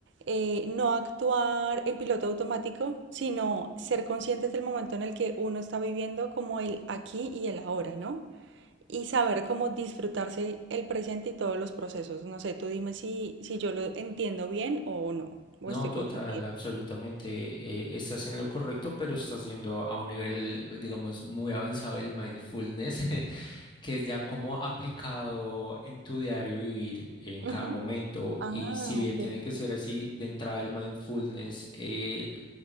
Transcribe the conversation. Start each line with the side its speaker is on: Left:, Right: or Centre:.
Right: eh, no actuar en piloto automático, sino ser conscientes del momento en el que uno está viviendo como el aquí y el ahora, ¿no? y saber cómo disfrutarse el presente y todos los procesos. No sé, tú dime si, si yo lo entiendo bien o no, o
Left: No,
Right: estoy
Left: total,
Right: confundida.
Left: absolutamente. eh, estás en lo correcto, pero estás yendo a un nivel, digamos, muy avanzado del mindfulness, <laughs> que es ya como aplicado en tu diario vivir en
Right: Ujú.
Left: cada momento.
Right: Ah,
Left: Y si bien
Right: ok.
Left: tiene que ser así, de entrada el mindfulness eh,